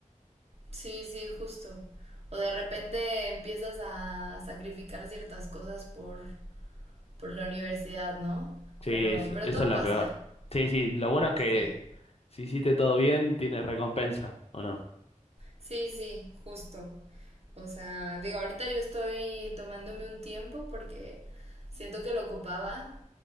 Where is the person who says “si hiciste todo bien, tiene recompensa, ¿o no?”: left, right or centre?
Left